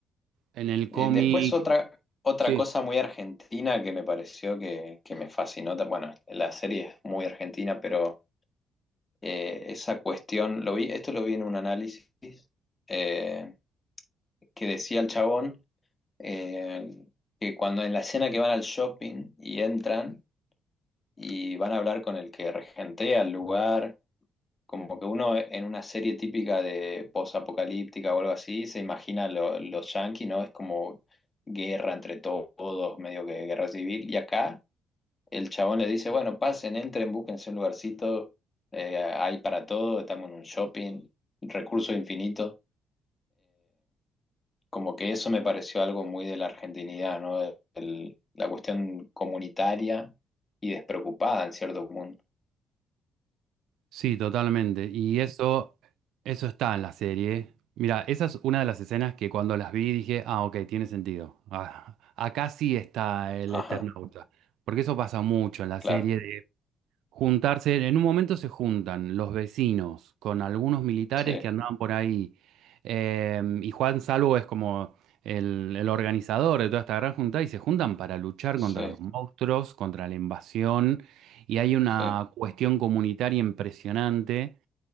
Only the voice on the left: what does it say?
Eh, después otra, otra
cosa muy argentina que me pareció que, que me fascinó. ta- Bueno, la serie es muy argentina, pero eh, esa cuestión, lo vi, esto lo vi en un análisis. eh, que decía el chabón eh, que cuando en la escena que van al shopping y entran y van a hablar con el que regentea el lugar, como que uno en una serie típica de posapocalíptica o algo así se imagina lo- los yanquis, ¿no? Es como guerra entre todos, medio que guerra civil. Y acá el chabón le dice, bueno, pasen, entren, búsquense un lugarcito, eh, hay para todo, estamos en un shopping, recursos infinitos. como que eso me pareció algo muy de la argentinidad, ¿no? El- la cuestión comunitaria y despreocupada en cierto punto.
Ajá,
claro,
sí,
sí,
sí.